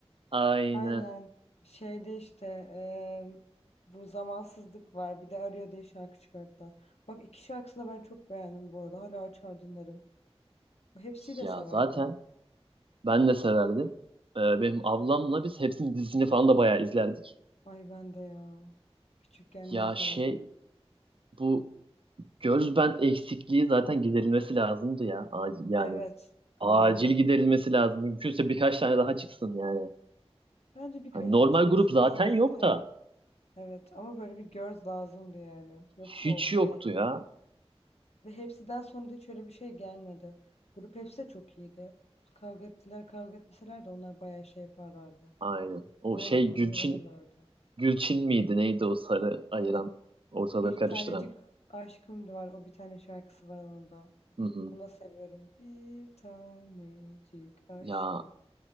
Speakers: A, on the right; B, on the left.
A: Aynen.
B: Aynen. Şeyde işte eee, bu zamansızlık var. Bir de Arıyor diye şarkı çıkarttılar. Bak iki şarkısını da ben çok beğendim bu arada. Hala açar dinlerim. Hepsini de
A: Ya
B: severdim.
A: zaten ben de severdim. Ee, benim ablamla biz hepsinin dizisini falan da bayağı izlerdik.
B: Ay ben de ya. Küçükken
A: Ya
B: ne izlerdim?
A: şey bu Girls Band eksikliği zaten giderilmesi lazımdı ya. Acil, yani
B: Evet, aynen.
A: acil giderilmesi lazım. Mümkünse birkaç tane daha çıksın yani.
B: Bence birkaç
A: Hani normal
B: tane çıkması
A: grup zaten
B: fazla değil
A: yok
B: de.
A: da
B: Evet ama böyle bir göz lazımdı yani. Yoksa
A: hiç
B: o
A: yoktu
B: e,
A: ya.
B: ve hepsiden sonra da hiç öyle bir şey gelmedi. Grup hepsi de çok iyiydi. Kavga ettiler kavga etmeseler de onlar bayağı şey yaparlardı.
A: Aynen. O
B: Bence
A: şey
B: popüler
A: Gülçin
B: olurlardı.
A: Gülçin miydi? Neydi o sarı ayıran,
B: Evet.
A: ortalığı
B: Bir
A: karıştıran?
B: tanecik aşkım da var. O bir tane şarkısı var onun da.
A: Hı hı.
B: Onu da seviyorum. Bir tanecik aşkım.
A: Ya